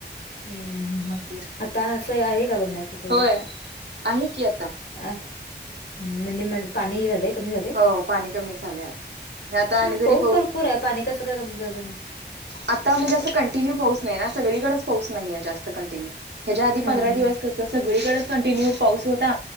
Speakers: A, on the left (about 70°); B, on the right (about 70°).
A: हम्म हम्म
B: मंदिर
A: आता असं आहे का बघण्यासारखं वगैरे
B: होय आहे की आता
A: आता हम्म म्हणजे मग पाणीही झालेत. कमी झाले
B: हो पाणी कमी झालंय आता आता
A: पण
B: आणि जरी
A: पाऊस भरपूर आहे पाणी कसं काय कमी झालं म्हणताय.
B: आता म्हणजे असं कंटिन्यू पाऊस नाही ना सगळीकडेच पाऊस नाहीये जास्त कंटिन्यू ह्याच्या आधी
A: हा
B: पंधरा दिवस
A: हा
B: कसं सगळीकडेच कंटिन्यू
A: ह
B: पाऊस होता.